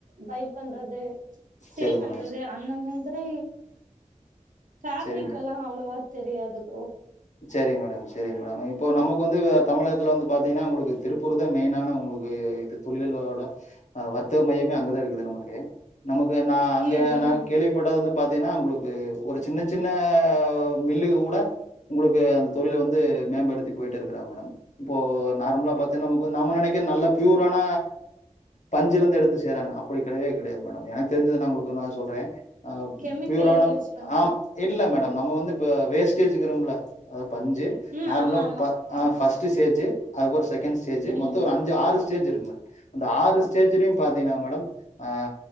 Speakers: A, on the right; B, on the left.
A: பை பண்றது சேல்
B: சரி
A: பண்றது
B: மேடம்
A: அந்த மாதிரி ஃவேப்ரிக்
B: சரி
A: எல்லா அவ்வளவா தெரியாது ப்ரோ
B: சரி மேடம் சரி மேடம் இப்போ நமக்கு வந்து தமிழகத்ல்ல வந்து பாத்தீங்கன்னா ஒங்களுக்கு திருப்பூர் தா மெயினான அவுங்களுக்கு இது துணிகளோட அ வர்த்தக மையமே அங்கதா இருக்குது நமக்கு நமக்கு நா அங்கே
A: ம்
B: நா
A: ம்
B: கேள்விப்படாத வந்து பாத்தீங்கன்னா ஒங்களுக்கு ஒரு சின்ன சின்ன மில்லு கூட உங்களுக்கு அந்த தொழில் வந்து மேம்படுத்தி போயிட்டு இருக்கிற மேடம் இப்போ நார்மலா பாத் நமக்கு வந்து நம்ம நெனக்க நல்ல பியூரான பஞ்சில இருந்து எடுத்து செய்றாங்க அப்டி கெடயவே கெடயாது மேடம் எனக்கு தெரிஞ்சது நா ஒங்களுக்கு நா சொல்றே அ
A: கெமிக்கல்
B: பியூரான
A: யூஸ் பண்றா
B: ஆம் இல்ல மேடம் நம்ம வந்து இப்ப வேஸ்டேஜ்ங்கிறோம்ல பஞ்சு
A: ம்
B: நார்மலா
A: ஆமா ஆமா ஆம்
B: பஸ்டு ஸ்டேஜு அதுக்கு அப்றோ ஸ்டேஜு
A: ம்
B: மொத்த ஒரு அஞ்சு ஆறு ஸ்டேஜு இருக்கு மேடம் அந்த ஆறு ஸ்டேஜலயும் பாத்தீங்கன்னா மேடம் ஆ